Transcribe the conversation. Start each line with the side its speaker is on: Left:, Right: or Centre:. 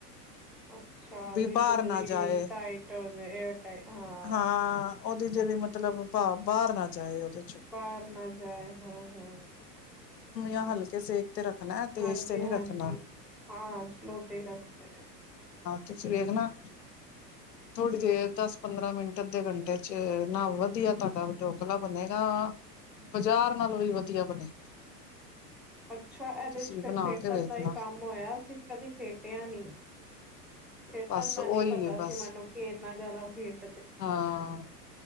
Centre: ਅੱਛਾ
Left: ਵੀ
Centre: ਬਿਲਕੁਲ
Left: ਬਾਹਰ ਨਾ
Centre: ਵੀ
Left: ਜਾਏ
Centre: ਟਾਈਟ ਏਅਰ ਟਾਈ ਹਾਂ।
Left: ਹਾਂ ਉਹਦੀ ਜਿਹੜੀ ਮਬ- ਮਤਲਬ ਭ ਬਾਹਰ ਨਾ ਜਾਏ ਉਹਦੇ ਚੋਂ
Centre: ਬਾਹਰ ਨਾ ਜਾਏ ਹੂੰ-ਹੂੰ।
Left: ਆਂ ਹਲਕੇ ਸੇਕ- ਤੇ ਰੱਖਣਾ ਤੇਜ਼
Centre: ਹਾਂਜੀ-ਹਾਂਜੀ
Left: ਤੇ ਨਹੀਂ ਰੱਖਣਾ
Centre: ਹਾਂ ਸਲੋ ਤੇ ਹੀ ਰੱਖਦੇ ਨੇ-
Left: ਤੁਸੀ ਵੇਖਣਾ- ਥੋੜ੍ਹੀ ਦੇਰ ਦਸ ਪੰਦਰਾਂ ਮਿੰਟ ਅੱਧੇ ਘੰਟੇ ਚ ਨਾ ਵਧ- ਵਧੀਆ ਤੁਹਾਡਾ ਢੋਕਲਾ ਬਣੇਗਾ ਬਾਜ਼ਾਰ ਨਾਲੋਂ ਵੀ ਵਧੀਆ ਬਣੇਗਾ।
Centre: ਅੱਛਾ ਇਹਦੇ
Left: ਤੁਸੀਂ
Centre: ਚ ਫਿਰ
Left: ਬਣਾ
Centre: ਫੇਟਣ
Left: ਕੇ ਵੇਖਣਾ
Centre: ਦਾ ਇਹ ਕੰਮ ਹੋਇਆ ਸਿਰ ਕਦੇ ਫੇਟਿਆ ਨਹੀਂ। ਫਿੱਟਣ
Left: ਬਸ
Centre: ਦਾ ਨੀ
Left: ਉਹੀ
Centre: ਪਤਾ
Left: ਹੈ
Centre: ਸੀ
Left: ਬਸ
Centre: ਮੈਨੂੰ ਕੀ ਇੰਨਾ ਜ਼ਿਆਦਾ ਫੇਂਟ-
Left: ਹਾਂ।